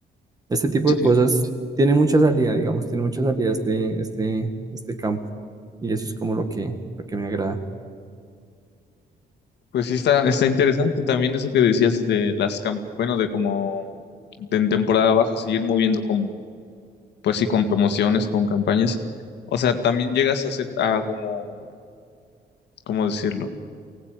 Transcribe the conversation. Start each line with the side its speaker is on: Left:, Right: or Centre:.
Right: este tipo
Left: sí,
Right: de cosas tiene mucha salida, digamos, tiene mucha salida este, este, este campo. Y eso es como lo que, lo que me agrada.
Left: pues sí está, está interesante también eso que decías de las... cam- Bueno, de como de en temporada baja seguir moviendo como... Pues sí, con promociones, con campañas. O sea, también llegas a hacer... A como... ¿Cómo decirlo?